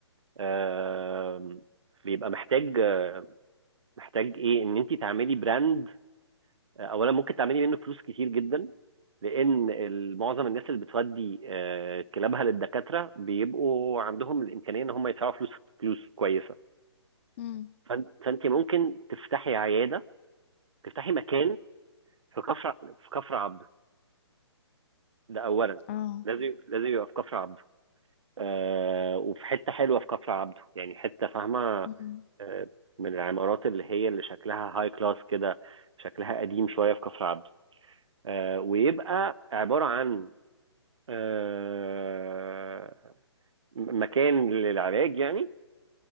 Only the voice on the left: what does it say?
امم
اه
امم